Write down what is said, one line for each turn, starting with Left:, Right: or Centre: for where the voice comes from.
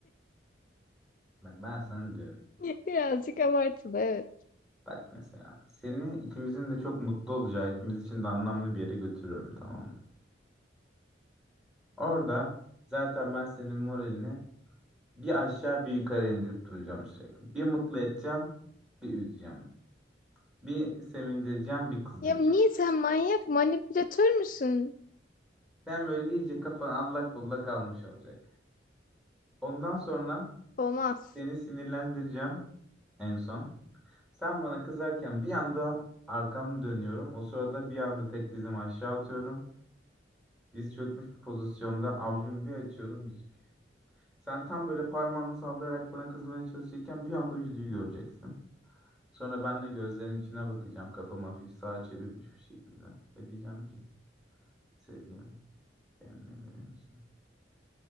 Centre: Bak ben sana diyorum.
Left: <laughs> birazcık abartılı, evet.
Centre: Bak mesela seni ikimizin de çok mutlu olacağı, ikimiz için de anlamlı bir yere götürüyorum tamam mı? Orada zaten ben senin moralini bir aşağı bir yukarı indirip duracağım sürekli. Bir mutlu edeceğim, bir üzeceğim. Bir sevindireceğim, bir kızdıracağım.
Left: Ya, niye sen manyak, manipülatör müsün?
Centre: Sen böyle iyice kafan allak bullak almış olacak. Ondan sonra
Left: Olmaz.
Centre: seni sinirlendireceğim en son. Sen bana kızarken bir anda arkamı dönüyorum. O sırada bir anda tek dizimi aşağı atıyorum. Diz çökmüş bir pozisyonda avucumu bir açıyorum yüzük. Sen tam böyle parmağını sallayarak bana kızmaya çalışırken bir anda yüzüğü göreceksin. Sonra ben de gözlerinin içine bakacağım. Kafamı hafif sağa çevirmiş bir şekilde. Ve diyeceğim ki sevgilim benimle evlenir misin?